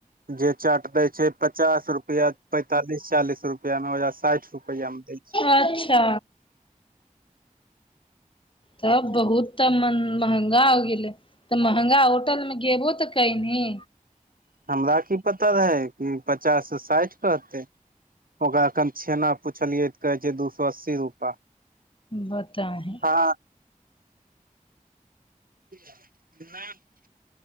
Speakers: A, on the right; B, on the left.
A: जे चाट दैय छैय पचास रुपया पेंतालिस चालीस रुपया में ओइजा साठ रुपया में दै छैय।
B: अच्छा तब बहुत त मन महगा हो गेलै। तऽ महँंगा होटलमे त गेबो तऽ कैनी।
A: हमरा की पता रहै कि पचाससँ साठि कहतै। ओकरा एखन छेना पुछलियै तऽ कहे छैय दू सए अस्सी रूपा।
B: बताही।
A: हँ <unintelligible>